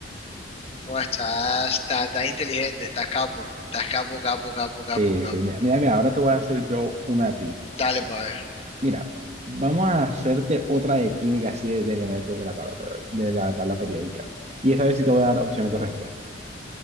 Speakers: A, on the left; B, on the right.
A: O estás, estás, estás inteligente, estás capo, estás capo, capo, capo, capo,
B: Sí,
A: capo.
B: sí, mira, mira, mira, ahora te voy a hacer yo una a ti.
A: Dale para ver.
B: Mira, vamos a hacerte otra de química, así de, de elementos de la tabla, per- de la tabla periódica. Y esta vez sí te voy a dar opciones de respuestas.